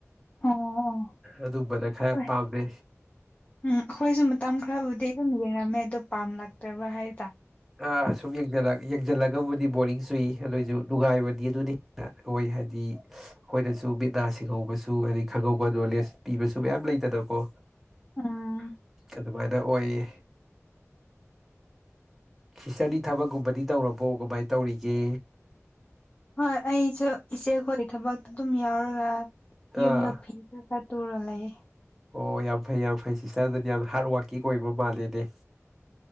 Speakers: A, on the left; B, in the centre.
A: ꯑꯣ ꯑꯣ
B: ꯑꯗꯨꯝꯕꯅ ꯈꯥꯔ
A: ꯍꯣꯏ
B: ꯄꯥꯝꯃꯦ
A: ꯎꯝ ꯑꯩꯈꯣꯏꯁꯨ ꯃꯇꯝ ꯈꯥꯔꯕꯨꯗꯤ ꯑꯗꯨꯝ ꯌꯦꯡꯉꯝꯃꯦ ꯑꯗꯣ ꯄꯥꯝꯂꯛꯇ꯭ꯔꯥꯕ ꯍꯥꯏ
B: ꯑꯥ ꯁꯨꯝ ꯌꯦꯡꯖꯤꯜꯂꯛ ꯌꯦꯛꯖꯤꯜꯂꯒꯕꯨ ꯕꯣꯔꯤꯡ ꯆꯨꯏ ꯑꯗꯨꯑꯣꯏꯁꯨ ꯅꯨꯡꯉꯥꯏꯕꯗꯤ ꯑꯗꯨꯅ ꯍꯦꯟꯅ ꯑꯣꯏ ꯍꯥꯏꯗꯤ ꯑꯈꯣꯏꯅꯁꯨ ꯃꯤꯠꯅ ꯁꯤꯡꯍꯧ ꯎꯕꯁꯨ ꯍꯥꯏꯗꯤ ꯈꯪꯍꯧꯕ ꯅꯣꯜꯂꯦꯖ ꯄꯤꯕꯁꯨ ꯃꯌꯥꯝ ꯂꯩꯗꯅꯀꯣ
A: ꯎꯝ
B: ꯑꯗꯨꯃꯥꯏꯅ ꯑꯣꯏꯌꯦ ꯁꯤꯁꯇ꯭ꯔꯗꯤ ꯊꯕꯛꯀꯨꯝꯕꯗꯤ ꯇꯧꯔꯕꯣ ꯀꯃꯥꯏꯅ ꯇꯧꯔꯤꯒꯦ
A: ꯍꯣꯏ ꯑꯩꯁꯨ ꯏꯆꯦꯈꯣꯏꯒꯤ ꯊꯕꯛꯇ ꯑꯗꯨꯝ ꯌꯥꯎꯔꯒ ꯌꯨꯝꯗ
B: ꯑꯥ
A: ꯐꯤ ꯈꯥꯔ ꯈꯥꯔ ꯇꯨꯔ ꯂꯩꯌꯦ
B: ꯑꯣ ꯌꯥꯝ ꯐꯩ ꯌꯥꯝ ꯐꯩ ꯁꯤꯁꯇ꯭ꯔꯗꯨꯗꯤ ꯌꯥꯝ ꯍꯥꯔꯠ ꯋꯥꯔꯀꯤꯡ ꯑꯣꯏꯕ ꯃꯥꯜꯂꯦꯅꯦ